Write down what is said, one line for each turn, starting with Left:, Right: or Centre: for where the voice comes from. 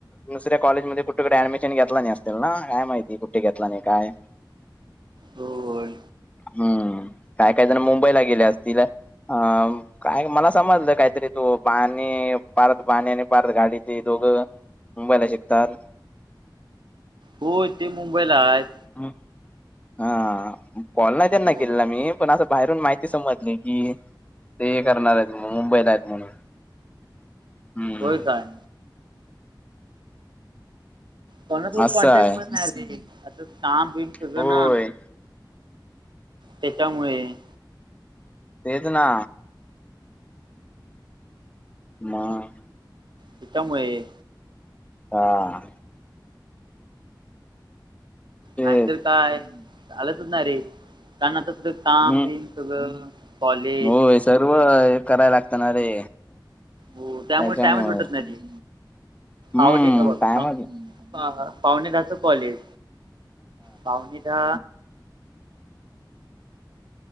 Left: दुसऱ कॉलेजमध्ये कुठडे ऍडमिशन घेतला नाही. नाय काय माहिती कुठे घेतला नाही काय?
Right: हो.
Left: हम्म. काय काही जण मुंबईला गेले असतील अ काय मला समजलं काहीतरी. तो पाणी पारत पाणी आणि परारत गाडी ते दोघं मुंबईला शिकतात.
Right: हो ते मुंबईला आहेत.
Left: ह हा कॉल नाही त्यांना
Right: हो
Left: केेला मी पण असं बाहेरून माहिती समजली. कि ते करणार आहेत मुंबईला आहेत म्हणून. हम्म
Right: हो काय? कोणासोबत
Left: असं
Right: कॉन्टॅक्ट
Left: आहे
Right: मध्ये नाही र आता काम बिम सगळं
Left: होय
Right: ना. त्याच्यामुळेच.
Left: तेेच ना. <unintelligible>
Right: त्याच्यामुळे.
Left: हा. तेच
Right: नाहीतर काय झालंचच ना रे कारण आता सधं कााम
Left: हम्म
Right: बम सगळं. कॉलेज
Left: होय सर्व हे करायला लागत ना रे.
Right: हो त्यामुळे
Left: त्याच्यामुळे
Right: टाइमच भेटत नाही रे.
Left: हम्म
Right: आवली ह्य बघ.
Left: टायमच
Right: आ ह पावणेधाच कॉलेज पावणेधा